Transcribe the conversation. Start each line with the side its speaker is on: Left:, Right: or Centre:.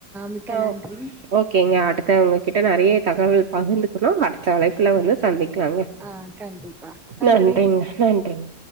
Centre: மிக்க
Right: ஆ
Centre: நன்றி
Right: ஓகேங்க அடுத்த உங்ககிட்ட நெறைய தகவல் பகிர்ந்து க்கணு அடுத்த அழைப்புல வந்து சந்திக் க்கலாங்க
Centre: ஆ கண்டிப்பா நன்றி
Right: நன்றிங்க நன்றிங்க